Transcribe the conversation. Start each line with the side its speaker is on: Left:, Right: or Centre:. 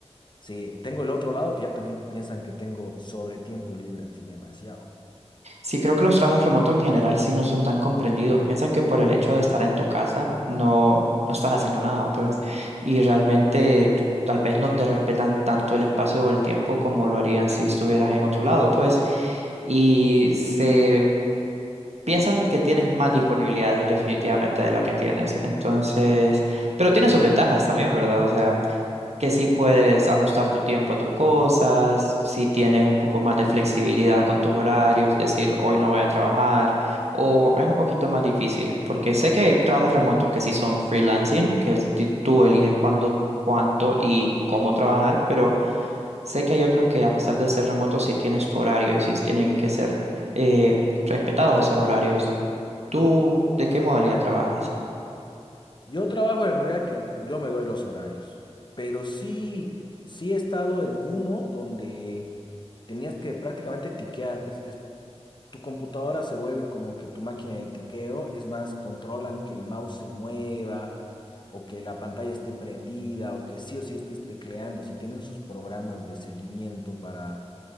Left: sí, tengo el otro lado que ya también piensan que tengo sobre tiempo libre, así demasiado.
Right: Sí, creo que los trabajos remotos en general sí no son tan comprendidos. Piensan que por el hecho de estar en tu casa no, no estás haciendo nada, pues, y realmente tal vez no te respetan tanto el espacio o el tiempo como lo harían si estuvieras en otro lado, pues, y se piensan que tienes más disponibilidades definitivamente de la que tienes. Entonces, pero tiene sus ventajas también, ¿verdad? O sea, que sí puedes ajustar tu tiempo a tus cosas, si tienes un poco más de flexibilidad con tus horarios, decir hoy no voy a trabajar, o es un poquito más difícil, porque sé que hay trabajos remotos que sí son freelancing, que es ti- tú eliges cuándo, cuánto y cómo trabajar, pero sé que hay otros que a pesar de ser remotos sí tienes tu horario y sí tienen que ser eh, respetados esos horarios. ¿Tú de qué modalidad trabajas? <laughs>
Left: Yo trabajo de la manera que yo me doy los horarios, pero sí, sí he estado en uno donde tenías que prácticamente tiquear. es es tu computadora se vuelve como que tu máquina de tiqueo, es más, controlan que el mouse se mueva o que la pantalla esté prendida o que sí o sí estés tecleando, si tienen sus programas de seguimiento para,